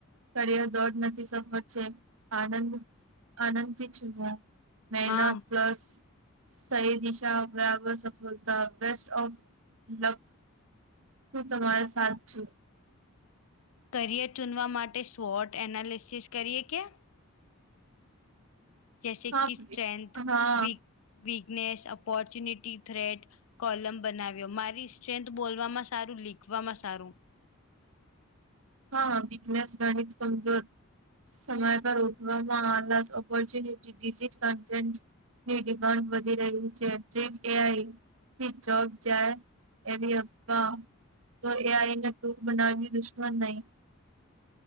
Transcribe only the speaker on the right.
કરિયર દોડ નથી, સફર છે. આનંદ આનંદ થી ચૂનો મેહનત
પ્લસ સહી દિશા બરાબર સફળતા બેસ્ટ ઓફ લક. તું તમાર સાથ છું.
હા
પ્રિય.
હા
હા વીકનેસ ગણીત કમજોર. સમય પર ઉઠવામાં આળસ, ઓપોર્ચ્યુનિટી ડિજિટ કન્ટેન્ટ ની ડિમાન્ડ વધી રહી છે. ડ્રીમ એ આઈ થી જોબ જાય એવી અફવા તો એ આઈને દૂત બનાવી દુશ્મન નહી.